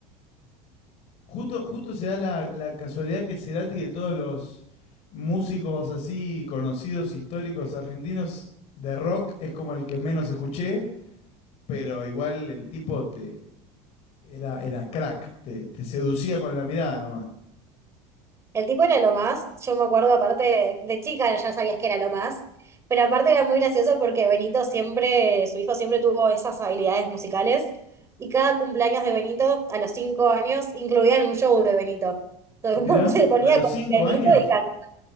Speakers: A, on the left; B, on the right.
A: Justo, justo se da la, la casualidad que Cerati de todos los músicos así conocidos, históricos, argentinos de rock, es como el que menos escuché, pero igual el tipo te, Era, era crack, te, te seducía con la mirada nomás.
B: El tipo era lo más, yo me acuerdo aparte de chica, ya sabías que era lo más, pero aparte era muy gracioso porque Benito siempre, su hijo siempre tuvo esas habilidades musicales y cada cumpleaños de Benito a los cinco años incluían un show de Benito. Entonces,
A: Mirá,
B: <laughs> se ponía
A: a los
B: con
A: cinco
B: Benito
A: años,
B: y cantaba,